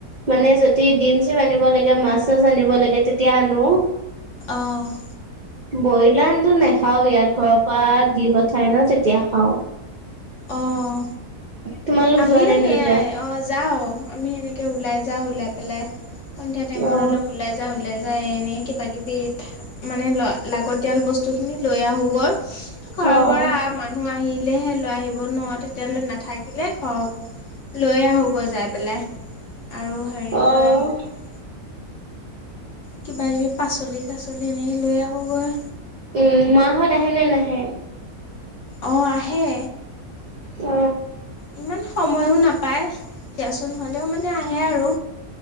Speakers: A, on the right (about 65°); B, on the left (about 60°).
A: মানে যদি ডিম চিম আনিব লাগে মাচ চাছ আনিব লাগে তেতিয়া আনো।
B: অঁ।
A: বইলাৰটো নেখাও ইয়াত ঘৰৰ পৰা দি পঠাই ন তেতিয়া খাও।
B: অঁ।
A: তোমালোক
B: আমিও
A: যোৱা নে
B: সেইয়াই
A: নোযোৱা?
B: অ যাও, আমি সেনেকে ও লাই যাওঁ ওলাই পেলাই সন্ধিয়া টাইমত
A: অ',
B: অলপ ওলাই যাওঁ ওলাই যায় এনেই কিবা কিবি, মানে ল লাগতিয়াল বস্তুখিনি লৈ আহোঁগৈ। ঘৰৰ
A: অ',
B: পৰা মানুহ আহি দিলেহে লৈ আহিব ন তেতিয়ালৈ নাথাকিলে হব, লৈ আহোঁগৈ যাই পেলাই। আৰু হেৰি
A: অ
B: লৈ আহোঁ
A: ।
B: মানে কিবা কিবি পাচলি পাচলি এনে লৈ আহোঁগৈ।
A: উম, মাহত আহে নে নাহে?
B: অ আহে।
A: অ।
B: ইমান সময়ো নাপায়। দিয়াচোন হ'লেও মানে আহে আৰু,